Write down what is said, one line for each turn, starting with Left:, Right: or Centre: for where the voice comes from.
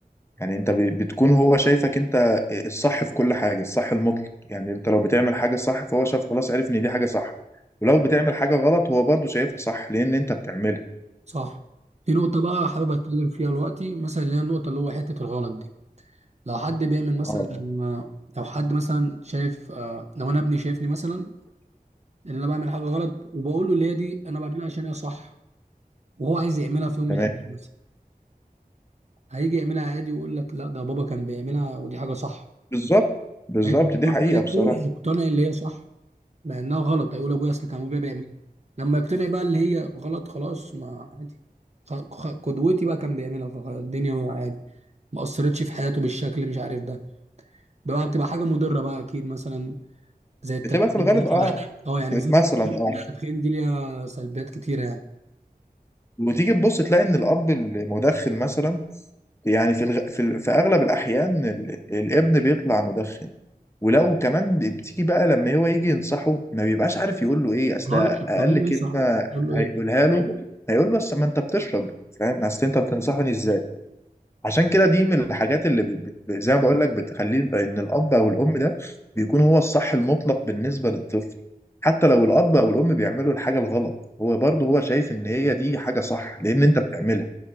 Left: يعني أنت ب- بتكون هو شايفك أنت الصح في كل حاجة الصح المطلق يعني أنت لو بتعمل حاجة صح فهو شاف خلاص عرف إن دي حاجة صح ولو بتعمل حاجة غلط هو برضه شايفها صح لأن أنت بتعملها
Right: صح في نقطة بقى حابب أتكلم فيها دلوقتي مثلا اللي هي النقطة اللي هو حتة الغلط دي لو حد بيعمل مثلا
Left: آه.
Right: لو حد مثلا شايف آه، لو أنا ابني شايفني مثلا إن أنا بعمل حاجة غلط وبقول له اللي هي دي أنا بعملها عشان هي صح وهو عايز يعملها في يوم
Left: تمام
Right: من الايام مثلا هيجي يعملها عادي ويقول لك لا ده بابا كان بيعملها ودي حاجه صح
Left: بالظبط بالظبط
Right: هيجي الدكتور
Left: دي حقيقة
Right: قالته
Left: بصراحة
Right: يقتنع اللي هي صح لانها غلط هيقول ابويا اصل كان ابويا بيعملها لما يقتنع بقى اللي هي غلط خلاص ما عادي خ- خ- قدوتي بقى كان بيعملها فالدنيا عادي ما اثرتش في حياته بالشكل مش عارف ده بقى بتبقى حاجه مضره بقى اكيد مثلا زي التدخين
Left: بتبقى في الغالب
Right: مثلا
Left: اه
Right: اه يعني بالذات
Left: مثلا
Right: التدخين
Left: اه
Right: التدخين دي ليها سلبيات كتيره يعني
Left: وتيجي تبص تلاقي ان الاب المدخن مثلا يعني في الغ... في, ال... في اغلب الاحيان ال... الابن بيطلع مدخن ولو كمان بتيجي بقى لما هو يجي ينصحه ما بيبقاش عارف يقول له ايه اصل
Right: هاي بتقول
Left: اقل
Right: له
Left: كلمة
Right: ايه صحيح بتقول له ايه
Left: هيقولها له هيقول له اصل ما انت بتشرب فاهم اصل انت بتنصحني ازاي عشان كده دي من الحاجات اللي بت... بت- زي ما بقول لك بتخليه ان الاب او الام ده بيكون هو الصح المطلق بالنسبه للطفل حتى لو الاب او الام بيعملوا الحاجه الغلط هو برضه هو شايف ان هي دي حاجه صح لان انت بتعملها